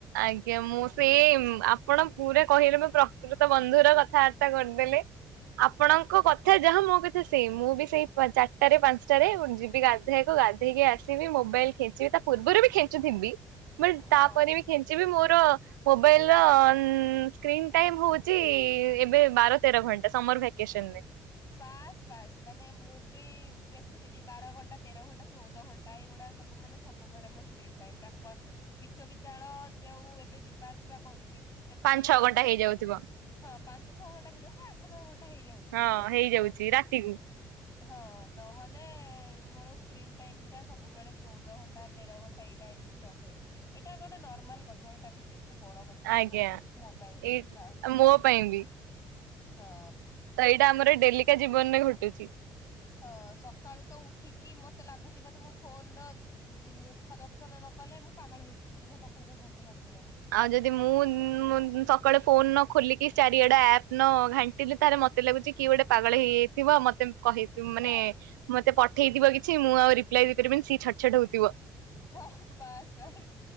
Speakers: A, on the right; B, on the left.
A: ଆଜ୍ଞା ମୁଁ ସେଇ ଉଁ ଆପଣ ପୁରା କହିଲେ ମୁଁ ପ୍ର କୃତ ବନ୍ଧୁର କଥାବାର୍ତ୍ତା କରିଦେଲେ ଆପଣଙ୍କ କଥା ଯାହା ମୋ କ ଥା ସେଇ ମୁଁ ବି ସେଇ ପ ଚାରିଟାରେ ପାଞ୍ଚଟାରେ ଯିବି ଗାଧେଇଆକୁ ଗାଧେଇକି ଆସିବି ମୋବାଇଲ ଖେ ଞ୍ଚିବି ତା ପୂର୍ବରୁ ବି ଖେଞ୍ଚୁଥିବି ବଟ୍
B: ହଁ।
A: ତାପରେ ବି ଖେଞ୍ଚିବି ମୋର ମୋବାଇଲ ର ଉଁ ସ୍କ୍ରିନ୍ ଟାଇମ ହଉଚି ଏବେ ବାର ତେର ଘଣ୍ଟା ସମର ଭାକେସନରେ।
B: ବାସ୍ ବାସ୍ ମାନେ ମୁଁ ବି ଦେଖୁଥିଲି ବାର ଘଣ୍ଟା ତେର ଘଣ୍ଟା ଚଉଦ ଘ ଣ୍ଟା ଏ ଗୁଡା ସବୁ ମାନେ ସବୁବେଳେ ମୋ ସ୍କ୍ରିନ୍ ଟାଇମ ଟା କ ବିଶ୍ଵ ବିଦ୍ୟାଳୟ ଯେଉ ଏବେ ଯିବା ଆସିବା କରୁଚି ସେତବେଳେ
A: ପାଞ୍ଚ ଛଅ ଘଣ୍ଟା
B: ମାନେ
A: ହେଇଯାଉଥିବ
B: ହଁ ପାଞ୍ଚ ଛଅ ଘଣ୍ଟା ବି ନୁହେଁ ସେ ଆଠ ନଅ ଘଣ୍ଟା ହେଇଯାଉ
A: ହଁ। ହେଇଯାଉଛି
B: ଲ ହଁ।
A: ରାତିକୁ
B: ହଁ ନହେଲେ ମୋର ସ୍କ୍ରିନ୍ ଟାଇମ ଟା ସବୁବେଳେ ଚଉଦ ଘଣ୍ଟା ତେର ଘଣ୍ଟା ଏଇଟା ଏମି ତି ରହେ ଏଇଟା ଗୋଟେ ନର୍ମାଲ କଥା ଏଇଟା କିଛି ଏତେ ବଡ କ ଥା ନୁହଁ
A: ଆଜ୍ଞା
B: ମୋ ପାଇଁ
A: ଏଇ
B: ବାସ୍
A: ମୋ ପାଇଁ ବି
B: ହଁ।
A: ତ ଏଇଟା ଆମର ଡେଲିକା ଜୀବନରେ ଘଟୁଚି।
B: ହଁ ସକାଳୁ ତ ଉଠିକି ମତେ ଲାଗୁଚି ବୋଧେ ମୁଁ ଫୋନ ର ଉଁ ମୁଖ ଦର୍ଶନ ନ କଲେ ମୁଁ ପାଗଳ ହେଇଯିବି ଯଦି ମୋ ପାଖରେ ମୋ ଫୋନ୍ ଟା ନଥିବ।
A: ଆଉ ଯଦି ମୁଁ ଉଁ ସକାଳେ ଫୋନ ନ ଖୋଲିକି ଚାରିଆଡେ ଆପ୍ ନ ଘା ଣ୍ଟିଲେ ତାରେ ମତେ ଲାଗୁଚି କିଏ ଗୋଟେ ପାଗଳ ହେଇଯାଇଥିବ ମତେ କହି ଉଁ ମାନେ
B: ବାସ୍
A: ମତେ ପଠେଇଥିବ କିଛି ମୁଁ ଆଉ ରିପ୍ଲାଏ ଦେଇ ପାରିବିନି ସିଏ ଛଟ ଛଟ ହଉଥିବ।
B: ହଁ ବାସ୍ ବାସ୍